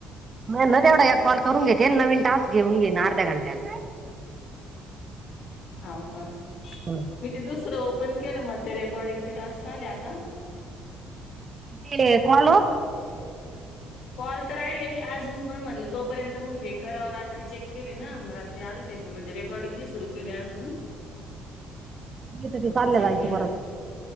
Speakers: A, on the right (about 35°); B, on the left (about 70°).
A: म ना तेवढा
B: त्यांच
A: कॉल करून घेते नवीन टास्क घेऊन घेन अर्ध्या घंट्यात
B: हाव का?
A: होता.
B: मी ते दुसरं ओपन केलं मला ते रेकॉर्डिंगचे टास्क आले आता
A: हे कोण ओ?
B: कॉल तर राहिलेले अजून पण म्हणलं तोपर्यंत मग हे करां रात्री चेक केले ना मग रात्री आ ते म्हणजे रेकॉर्डिंग नाय सुरू केली अजून
A: नाही तर ते
B: फक्त
A: चालले
B: चेक
A: जायचं
B: केलं
A: परत.